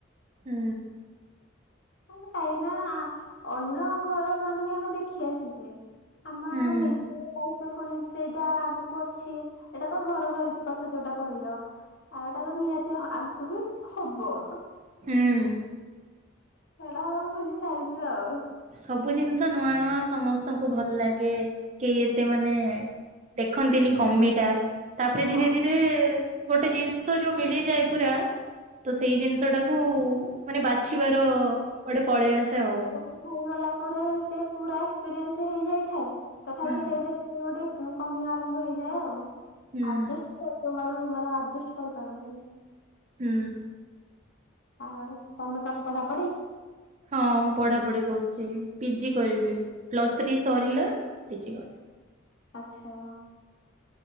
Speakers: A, on the right; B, on the left.
A: ହୁଁ।
B: ହଁ ମୁଁ କାହିଁନା ଅନ୍ୟ ଘର ମାନରେ ଦେଖି ଆସିଛେ। ଆମେ
A: ହୁଁ।
B: ଆମ ନିଜ ଫୁଣି ସେଇଟା ଆଗକୁ ଅଛି ଏଇଟା ତ ଘର ଘର କଥା ଯୋଉଟା କହିଲ। ଆଉଟାକୁ ନିହାତି ଆଗକୁ ବି ହବ।
A: ହୁଁ
B: ସେଟା ବୁଝି ସାରିଛୁ ଆଉ।
A: ସବୁ ଜିନିଷ ନୂଆ ନୂଆ ସମସ୍ତଙ୍କୁ ଭଲ ଲାଗେ କେହି
B: ହଁ
A: ଏତେ ମାନେ ଦେଖନ୍ତି ନି କମିଟା ତାପରେ ଧୀରେ
B: ନାଇଁ
A: ଧୀରେ ଗୋଟେ ଜିନିଷ ଯୋଉ ମିଳିଯାଏ ପୁରା ତ
B: ହୁଁ।
A: ସେଇ ଜିନିଷ ଟାକୁ ମାନେ ବାଛିବାର ଗୋଟେ ପଳେଇ ଆସେ ଆଉ।
B: ସବୁ ହେଇଗଲା ପରେ ସେ ପୁରା ଏକ୍ସପିରିଏନ୍ସ ହେଇଯାଇଥାଏ ତଥାପି
A: ହୁଁ
B: ସେଇଯୋଉ ଗୋଟେ ପୁଣି କମି ଆରମ୍ଭ ହେଇଯାଏ ଆଉ।
A: ହୁଁ
B: ଆଡଜଷ୍ଟ ଜମାରୁ ମାନେ ଆଜେଷ୍ଟ କରିପାରନ୍ତିନି।
A: ହୁଁ।
B: ଆଉ ତମେ କଣ ପଢା ପଢି
A: ହଁ ମୁଁ ପଢାପଢି କରୁଚି। ପିଜି କରିବି। ପ୍ଲସ୍ ଥ୍ରୀ ସରିଲା ପିଜି କରିବି।
B: ଆଛା।